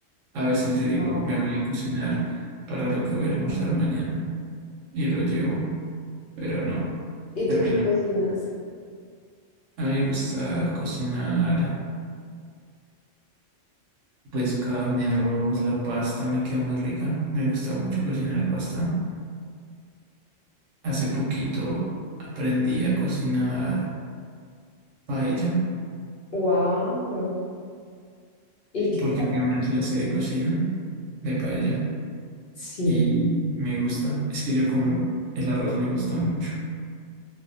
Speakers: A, on the right; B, on the left.
A: A veces yo digo,
B: Oh.
A: me voy a cocinar para lo que voy a almorzar mañana y lo llevo, pero no,
B: ¿Y tú
A: terminó.
B: qué cocinas?
A: A mí me gusta cocinar, pues carne, arroz, la pasta me queda muy rica. Me gusta mucho cocinar pasta. Hace poquito aprendí a cocinar paella
B: Wow.
A: eh,
B: ¿Y qué
A: porque
B: tal?
A: fui a una clase de cocina de paella
B: Sí,
A: y me gusta. Es que yo como el arroz me gusta mucho.